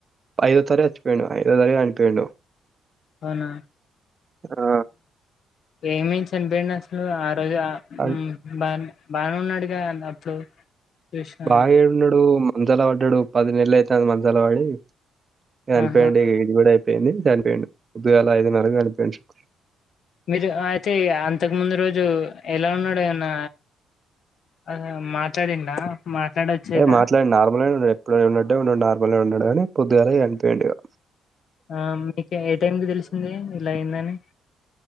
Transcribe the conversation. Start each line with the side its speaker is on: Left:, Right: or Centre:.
Right: ఐదో తారిక్ చచ్చిపోయిండు ఐదో తారిక్ చనిపోయిండు
Left: అవునా
Right: ఆ!
Left: ఏమి అయి చనిపోయిండు అసలు ఆరు రోజు
Right: అన్
Left: బా బానే ఉన్నాడుగా అప్పుడు చూసినాను
Right: బాగా ఏడున్నాడు మంచాల పడ్డాడు పది నెల అయితుంది మంచాల పడి చనిపోయిండు
Left: ఆహా
Right: ఏజ్ కూడా అయిపోయింది చనిపోయిండు పోదుగాల ఐదున్నరకు చనిపోయిండు శుక్ర
Left: మీరు అయితే అంతకు ముందు రోజు ఎలా ఉన్నాడు ఏమన్న అవునా మాట్లాడిండా మాట్లాడొచ్చేదా
Right: యే మాట్లాడిండు నార్మల్ గానే ఉన్నాడు ఎప్పుడు ఉన్నాటే ఉన్నాడు నార్మల్ గా ఉన్నాడు గాని పొద్దుగాలే చనిపోయిండు ఇక
Left: ఆ మీకు ఏ టైంకి తెలిసింది ఇలా ఏందని